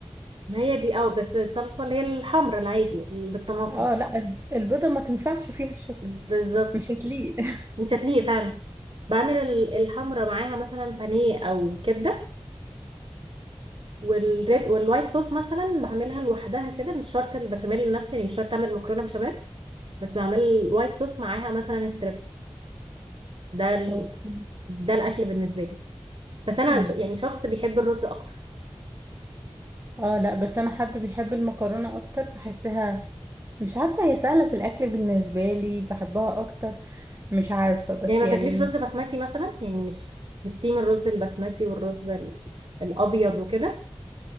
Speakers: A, on the right; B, on the right.
A: ما هي دي اه بس الصلصة اللي هي الحمرا العادي اللي بالطماطم
B: اه لا الب- البيضه ما تنفعش فيها الشطه
A: بالظبط
B: مش هتليق <laughs>
A: مش هتليق فعلا بعمل ال- الحمرا معاها مثلا بانيه او كبده والريد والوايت صوص مثلا بعملها لوحدها كده مش شرط البشاميل نفسه يعني مش شرط اعمل مكرونه بشاميل بس بعمل الوايت صوص معاها مثلا ستريبس ده ال...
B: اوكي
A: ده الاكل بالنسبه لي بس انا
B: امم
A: ش- يعني شخص بيحب الرز اكتر
B: اه لا بس انا حد بيحب المكرونه اكتر بحسها مش عارفه هي سهله في الاكل بالنسبه لي بحبها اكتر مش عارفة بس
A: يعني ما
B: يعني
A: بتاكليش رز بسمتي مثلا يعني مش مش تيم الرز البسمتي والرز ال- الابيض وكده